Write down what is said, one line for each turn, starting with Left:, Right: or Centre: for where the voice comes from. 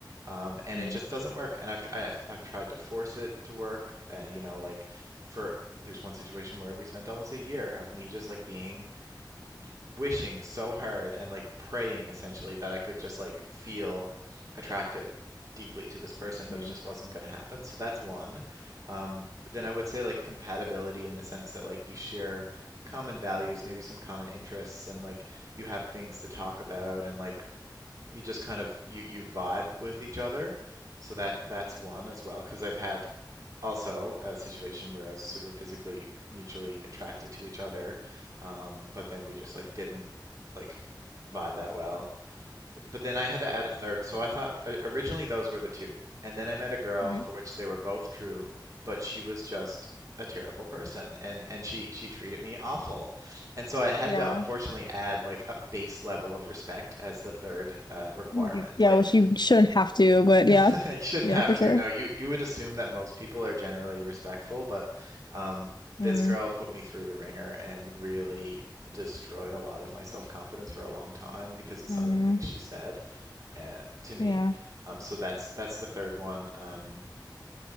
Right: Um, and
Left: Mm-hmm.
Right: it just doesn't work. And I've, tr- I've I've tried to force it to work. Uh, you know, like for there's one situation where we spent almost a year of me just like being y- wishing so hard and like praying essentially that I could just like feel attracted deeply to this person, but
Left: Yeah.
Right: it just wasn't going to happen. So that's one. Um, then I would say like compatibility in the sense that like you share common values, maybe some common interests, and like you have things to talk about, and like you just kind of you you vibe with each other. So that that's one as well, because I've had also a situation where I was super physically mutually attracted to each other, um, but then we just like didn't like vibe that well but then I had to add a third. So I thought o- originally those were the two. And then I met a girl
Left: hmm
Right: for which they were both true, but she was just a terrible person and and she she treated me awful. And so I had
Left: Yeah.
Right: to unfortunately add like a base level of respect as the third uh, requirement.
Left: Mhm. Yeah,
Right: Like
Left: which you shouldn't have to, but yeah.
Right: <laughs> you shouldn't
Left: Yeah,
Right: have
Left: for
Right: to.
Left: sure.
Right: No, you you would assume that most people are generally respectful, but um
Left: Mm,
Right: this girl put me through the ringer and really destroyed a lot of my self-confidence for a long time because of
Left: mm,
Right: some of the things she said uh, to me.
Left: yeah.
Right: Um, so that's that's the third one. Um,